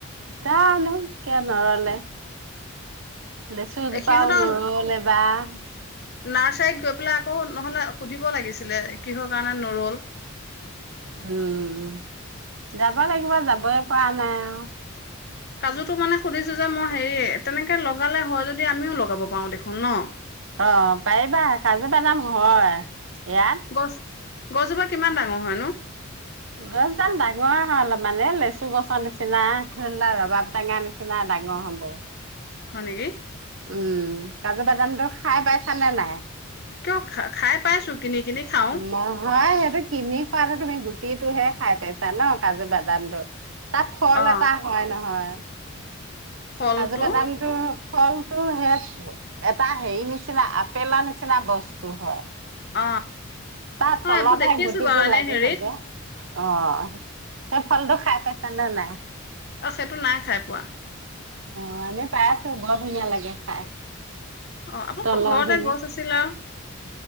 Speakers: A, on the right; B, on the left.
A: জানো কিয় নৰলে? লিচুজোপাও
B: সিহঁতৰ
A: নৰলে যাও হম।
B: নাৰ্চাৰীত গৈ পেলাই আকৌ নহ'লে সুধিব লাগিছিলে কিহৰ কাৰণে নৰল?
A: উম, যাবা লাগিব যাবই পৰা নাই আৰু
B: কাজুতো মানে সুধিছিল যে মই হেৰি তেনেকৈ লগালে হয় যদি আমিও লগাব পাৰোঁ দেখোন ন?
A: অ, পাৰিবা কাজু বাদাম হয় ইয়াত
B: গছ গছজোপা কিমান ডাঙৰ হয় নো?
A: গছডাল ডাঙৰ হয় অলপ মানে লিচু গছৰ নিচিনা ধৰিলোৱা ৰবাবটেঙা নিচিনা ডাঙৰ হ'ব।
B: হয় নেকি?
A: উম, কাজু বাদামটো খাই পাইছা নে নাই?
B: কিয় খা খাই পাইছো কিনি কিনি খাও
A: নহয় সেইটো কিনি খোৱাটো তুমি গু হেইটোহে খাই পাইছা ন কাজু বাদামটো। তাত ফল
B: অ
A: এটা হয় নহয়। <inaudible>
B: ফলটো
A: কাজু বাদামটো ফলটো সেই এটা হেৰি নিচিনা আপেলৰ নিচিনা বস্তু হয়।
B: অ
A: তাৰ
B: অ
A: তলতহে
B: এইবোৰ দেখিছো
A: গুটিটো
B: বাৰু এনে
A: লাগি
B: হেৰিত
A: থাকে। অ সেই ফলটো খাই পাইছা নে নাই?
B: অ সেইটো নাই খাই পোৱা।
A: অ, আমি পাইছোঁ বৰ ধুনীয়া লাগে খাই।
B: অ, আপোনালোকৰ
A: তলৰ
B: ঘৰতে
A: খিনি।
B: গছ আছিলে আৰু।